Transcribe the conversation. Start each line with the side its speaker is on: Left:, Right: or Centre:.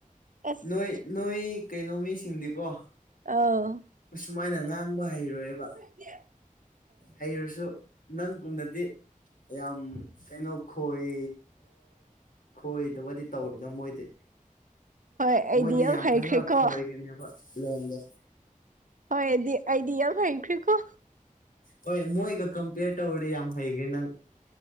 Right: ꯑꯁ
Left: ꯅꯣꯏ ꯅꯣꯏ ꯀꯩꯅꯣ ꯃꯤꯁꯤꯡꯗꯤꯀꯣ
Right: ꯑ
Left: ꯑꯁꯨꯃꯥꯏꯅ ꯉꯥꯡꯕ ꯍꯩꯔꯣꯏꯑꯕ
Right: UNINTELLIGIBLE
Left: ꯍꯩꯔꯁꯨ ꯅꯪꯒꯨꯝꯗꯗꯤ ꯌꯥꯝ ꯀꯩꯅꯣ ꯈꯣꯏ ꯈꯣꯏꯗꯕꯨꯗꯤ ꯇꯧꯔꯣꯏꯗ ꯃꯣꯏꯗꯤ
Right: ꯍꯣꯏ ꯑꯩꯗꯤ
Left: ꯃꯣꯏꯗꯤ ꯌꯥꯝ
Right: ꯍꯩꯈ꯭ꯔꯦꯀꯣ
Left: ꯐꯖꯅ ꯈꯣꯏꯒꯅꯦꯕ ꯂꯣꯟꯗꯣ
Right: ꯍꯣꯏ ꯑꯗꯨꯗꯤ ꯑꯩꯗꯤ ꯌꯥꯝ ꯍꯩꯈ꯭ꯔꯦꯀꯣ
Left: ꯍ ꯃꯣꯏꯒ ꯀꯝꯄꯦꯌꯔ ꯇꯧꯔꯗꯤ ꯌꯥꯝ ꯍꯩꯈ꯭ꯔꯦ ꯅꯪ